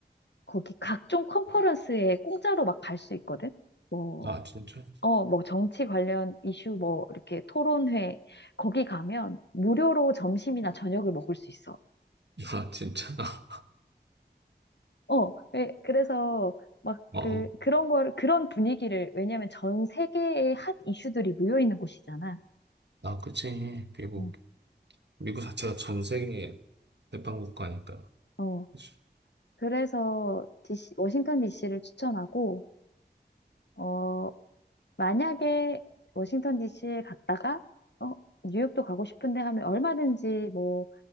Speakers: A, on the left (about 80°); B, on the right (about 80°).
A: 거기 각종 컨퍼런스에 공짜로 막 갈 수 있거든. 뭐,
B: 아, 진짜?
A: 어, 뭐 정치 관련 이슈 뭐 이렇게 토론회 거기 가면 무료로 점심이나 저녁을 먹을 수 있어.
B: <laughs> 아, 진짜? <laughs>
A: 어, 예, 그래서 막
B: 어,
A: 그,
B: 어.
A: 그런 걸, 그런 분위기를, 왜냐면 전 세계의 핫 이슈들이 모여 있는 곳이잖아.
B: 아, 그치. 미국.
A: 어,
B: 미국 자체가 전 세계 대빵 국가니까.
A: 어,
B: 그치.
A: 그래서 디씨, 워싱턴 DC를 추천하고, 어, 만약에 워싱턴 DC에 갔다가 어, 뉴욕도 가고 싶은데 하면 얼마든지 뭐